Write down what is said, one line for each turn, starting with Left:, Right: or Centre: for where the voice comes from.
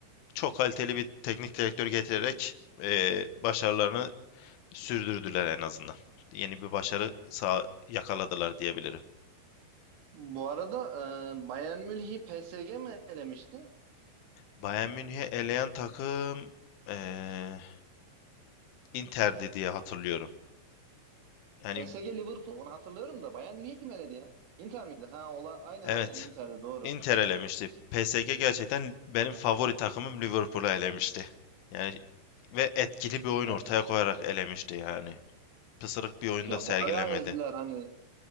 Left: çok kaliteli bir teknik direktör getirerek eee, başarılarını sürdürdüler en azından. Yeni bir başarı sağ yakaladılar diyebilirim.
Right: Bu arada e, Bayern Münih'i PSG mi elemişti?
Left: Bayern Münih'i eleyen takım eee Inter'di diye hatırlıyorum. Yani
Right: PSG Liverpool onu hatırlıyorum da Bayern Münih'i kim eledi ya? Inter miydi? Ha ola aynen
Left: evet
Right: aynen Inter'di doğru.
Left: Inter elemişti. PSG gerçekten benim favori takımım Liverpool'u elemişti. Yani ve etkili bir oyun
Right: E,
Left: ortaya koyarak elemişti yani. Pısırık bir oyunda
Right: ya
Left: sergilemedi.
Right: bayağı ezdiler hani